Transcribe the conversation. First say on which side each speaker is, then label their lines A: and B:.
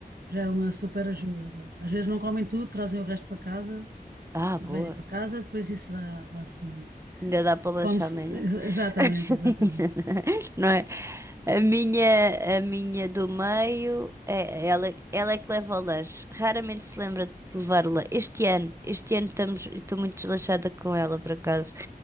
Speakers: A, on the right; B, on the right.
A: já é uma super ajuda. Às vezes não comem tudo, trazem o resto para casa,
B: Ah,
A: venha
B: boa.
A: para casa, depois isso dá, dá-se,
B: Ainda dá para lanchar
A: come-se.
B: amanhã.
A: ex- Exatamente,
B: <laughs>
A: exatamente.
B: Não é? A minha, a minha do meio, é, ela, ela é que leva o lanche. Raramente se lembra de levar o lanche. Este ano, este ano estamos, estou muito desleixada com ela, por acaso,